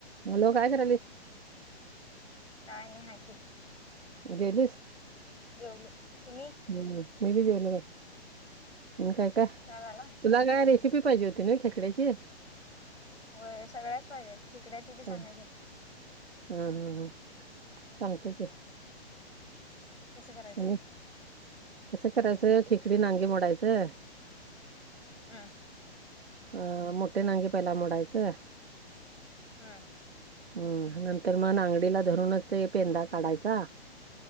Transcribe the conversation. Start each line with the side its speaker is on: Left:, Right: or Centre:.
Right: Hello काय करायलीस?
Left: काय नाही आहे की
Right: जेवलीस
Left: जेवलो तुम्ही
Right: हम्म मी बी जेवलो बाई म काय, काय
Left: च्या झाला
Right: तुला काय रेसिपी पाहिजे होती ना खेकड्याची
Left: होय सगळ्याच पाहिजेत खेकड्याची बी
Right: हा
Left: सांगा की
Right: हा हां ह, सांगत की.
Left: कसं करायचं?
Right: आणि कसं करायचं, खिकडी नांगे मोडायचं.
Left: अम्म
Right: अ मोठे नांगे पहिला मोडायचं.
Left: हम्म.
Right: हम नंतर मग नांगडीला धरूनच ते पेंदा काढायचा